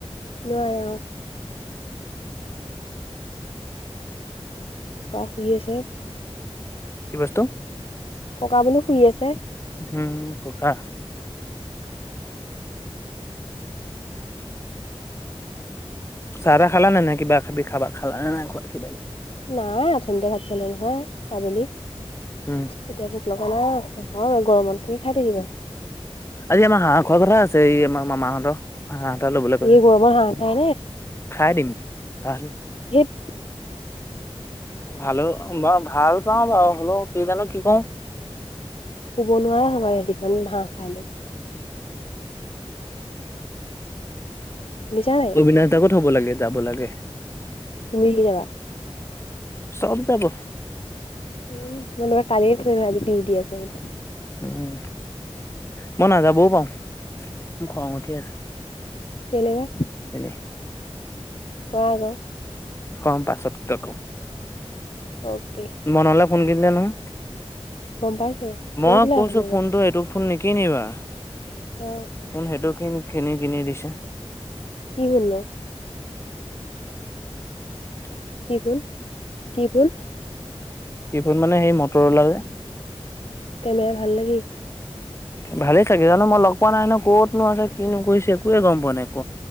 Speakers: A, on the left (about 60°); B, on the left (about 25°).
A: নোৱাৰে অ। ককা শুই আছে।
B: কি বস্তু।
A: ককা বোলো শুই আছে।
B: উম ককা।
A: <inaudible>
B: চাহ তাহ খালা নে নাই কিবা কিবি খাবা খালা নে নাই কিবা কিবি।
A: নাই আথনিতে ভাত খালো নহয় আবেলি।
B: উম।
A: এতিয়া ভোক লগা নাই অ গৰমত কি খাই থাকিবা।
B: আজি আমাৰ হাহ খোৱা কথা আছে এই আমাৰ মামাহতৰ। হাহ এটা লবলৈ কৈছে
A: এই গৰমত হাঁহ খাই
B: খাই দিম আজি
A: হেট।
B: ভাল ব ভাল পাওঁ বাৰু হ'লও কি জানো কি কওঁ।
A: শুব নোৱাৰা হবা ৰাতিখন হাঁহ খাই লৈ। শুনিছা নাই
B: অবিনাশ দা কু থব লাগে যাব লাগে।
A: তুমি কি যাবা‌?
B: চবজাব।
A: ওহ <unintelligible>
B: উম মই নাযাবও পাওঁ মো খং উঠি আছে।
A: কেলেবা?
B: এনে।
A: কোৱা আক।
B: কম পাছতকে কম
A: অ কে
B: মনলে ফোন কিনিলে নহয়
A: পাইছো
B: মই
A: কৈছিলা
B: কৈছো
A: অথনি
B: ফোনটো
A: মোক
B: এইটো ফোন নেকি- কিনিবা
A: অ
B: কোন সেইটো কিনি কিনি কিনি দিছে-
A: কি হলো-
B: উম
A: কি বুল কি বুল
B: কি বুল মানে সেই মটৰ ওলা যে
A: কেমেৰা ভাল লাগি-
B: ভালে থাকে জানো মই লগ পোৱা নাই ন ক'তনো আছে কিনোকৈছে একোৱে গম পোৱা নাই। ক